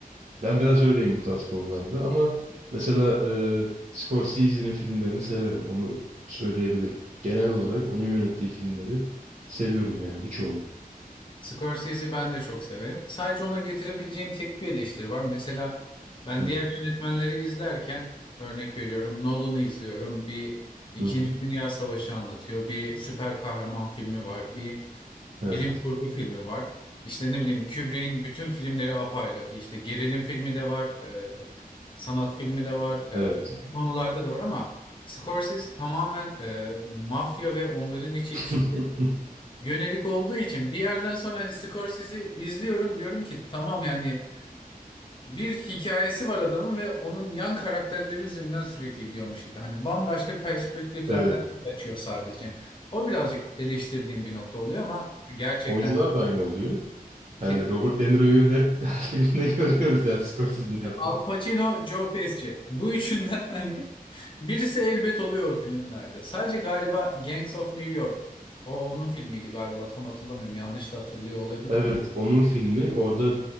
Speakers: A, on the right (about 50°); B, on the left (about 35°).
A: Ben biraz öyleyim bu tarz konularda ama mesela e, Scorsese'nin filmlerini severim. Onu söyleyebilirim. Genel olarak onun yönettiği filmleri seviyorum yani birçoğunu.
B: Scorsese'yi ben de çok severim. Sadece ona getirebileceğim tek bir eleştiri var. Mesela ben
A: Hı
B: diğer yönetmenleri izlerken örnek veriyorum Nolan'ı izliyorum. Bir İkinci
A: hı. hı.
B: Dünya Savaşı anlatıyor. Bir süper kahraman filmi var. Bir bilim
A: Evet.
B: kurgu filmi var. İşte ne bileyim Kubrick'in bütün filmleri apayrı. İşte gerilim filmi de var. e, sanat filmi de var. E,
A: Evet.
B: öteki konularda da var ama Scorsese tamamen e, mafya ve onların iç ilişkileri
A: <laughs>
B: yönelik olduğu için bir yerden sonra hani Scorsese'yi izliyorum diyorum ki tamam yani bir hikayesi var adamın ve onun yan karakterleri üzerinden sürekli gidiyormuş gibi. Hani bambaşka perspektiflerden
A: Evet.
B: açıyor sadece. O birazcık eleştirdiğim bir nokta oluyor ama gerçekten
A: Oyuncular da aynı oluyor. Yani
B: ki
A: Robert De Niro'yu hep <laughs> her filmde görüyoruz yani Scorsese'nin yaptığı.
B: Al Pacino, Joe Pesci. Bu üçünden <laughs> hani birisi elbet oluyor o filmlerde. Sadece galiba Gangs of New York. O onun filmiydi galiba tam hatırlamıyorum. Yanlış da hatırlıyor olabilir.
A: Evet, onun filmi orada